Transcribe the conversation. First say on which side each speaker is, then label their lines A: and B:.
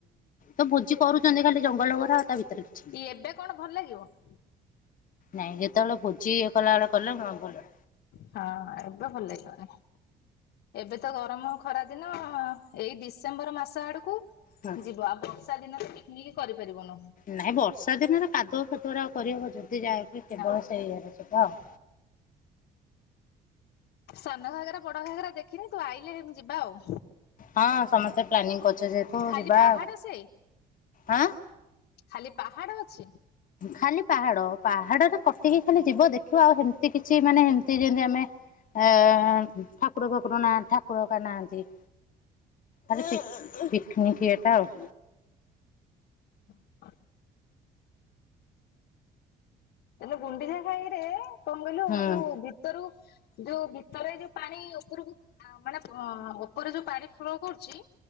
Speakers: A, on the left; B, on the left.
A: ତ ଭୋଜି କରୁଚନ୍ତି ଖାଲି ଜଙ୍ଗଲ ଉରା ଆଉ ତା ଭିତରେ କିଛି ନାହିଁ।
B: ଇ ଏବେ କଣ ଭଲ ଲାଗିବ?
A: ନାଇଁ ଯେତେବେଳେ ଭୋଜି ଇଏ କଲା ବେଳେ କଲେ ହଁ ଭଲ।
B: ହଁ ଏବେ ଭଲ ଲାଗିବନି। ଏବେ ତ ଗରମ ଖରା ଦିନ ଏଇ ଡିସେମ୍ବର ମାସ ଆଡକୁ
A: ହଁ
B: ଯିବ ଆଉ ବର୍ଷା ଦିନ ପିକିନିକ୍ କରିପାରିବୁନୁ।
A: ନାଇଁ ବର୍ଷା ଦିନରେ କାଦୁଅ ଫାଦୁଅ ରେ ଆଉ କରିହବକି ଯେବେ ଯାଇକି କେବଳ
B: ନା।
A: ସେଇ ଇଏ ରେ ଯିବା ଆଉ।
B: ସାନ ଘାଗରା ବଡ ଘାଗରା ଦେଖିନି ତୁ ଆଇଲେ ଯିବା ଆଉ।
A: ହଁ ସମସ୍ତେ ପ୍ଲାନିଂ କରୁଚେ ଯେହେତୁ
B: ଖାଲି
A: ଯିବା
B: ପାହାଡ
A: ଆ
B: ସେ
A: ହାଁ।
B: ଖାଲି ପାହାଡ ଅଛି?
A: ଖାଲି ପାହାଡ ପାହାଡରେ କଟିକି ଖାଲି ଯିବ ଦେଖିବ ଆଉ ହେମିତି କିଛି ମାନେ ଏମିତି ଯେମିତି ଆମେ ଏ ଠାକୁର ଫାକୁର ନାହାଁନ୍ତି ଠାକୁର ହକା ନାହାଁନ୍ତି। ଖାଲି ପିକ ପିକନିକ୍ ଇଏଟା ଆଉ।
B: ହ <inaudible> ହେଲେ ଗୁଣ୍ଡିଚା ଖାଇ ରେ କଣ କହିଲୁ
A: ହୁଁ
B: ଯୁ ଭି ଭିତରୁ ଯୋଉ ଭିତରେ ଯୁ ପାଣି ଉପୁରୁକୁ ଆ ମାନେ ଉପରେ ଯୋଉ ପାଣି ଫ୍ଲୋ କରୁଚି